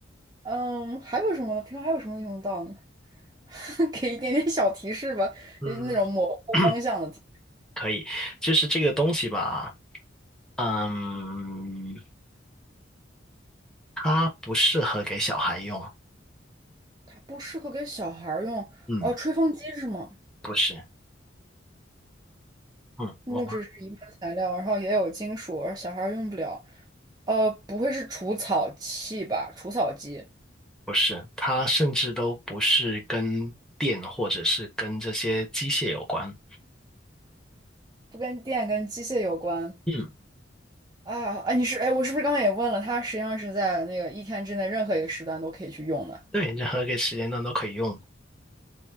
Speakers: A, on the right; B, in the centre.
A: 嗯，还有什么呢？平常还有什么用得到呢？<laughs> 给一点点小提示吧，
B: 嗯，
A: 就是那种模糊方向的。
B: <coughs> <clears throat> 可以，就是这个东西吧，嗯，它不适合给小孩用，
A: 它不适合给小孩儿用。
B: 嗯，
A: 哦，吹风机是吗？
B: 不是，嗯，
A: 木质是一般材料，
B: 我
A: 然后也有金属，而小孩儿用不了。呃，不会是除草器吧？除草机
B: 不是，它甚至都不是跟电或者是跟这些机械有关。
A: 不跟电跟机械有关。
B: 嗯，
A: 哎呀，哎，你是哎，我是不是刚刚也问了？它实际上是在那个一天之内任何一个时段都可以去用的，
B: 对，任何一个时间段都可以用。